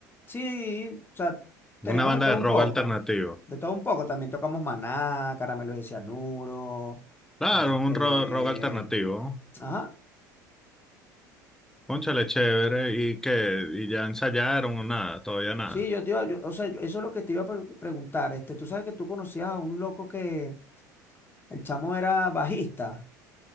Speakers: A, on the left; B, in the centre.
A: Sí, o sea, tenemos
B: Una banda
A: de todo
B: de
A: un
B: rock
A: poco.
B: alternativo.
A: De todo un poco. También tocamos Maná, Caramelos de Cianuro.
B: Claro,
A: Este.
B: un ro- rock, alternativo.
A: Ajá.
B: Cónchale, chévere. ¿Y qué? ¿Y ya ensayaron o nada? Todavía nada.
A: Sí, yo te iba, yo, o sea, yo- eso es lo que te iba a pre- preguntar. Este, tú sabes que tú conocías a un loco que el chamo era bajista.